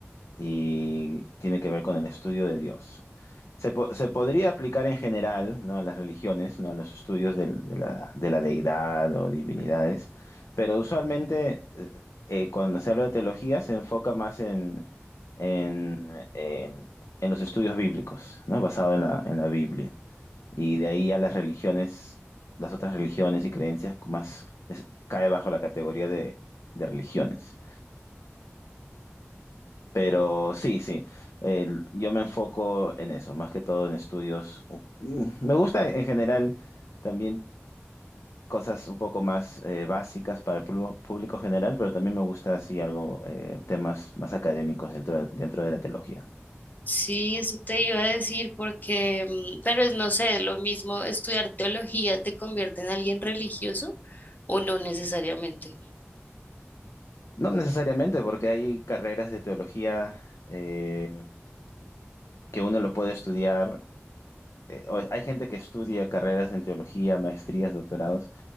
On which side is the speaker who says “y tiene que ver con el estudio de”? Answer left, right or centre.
Left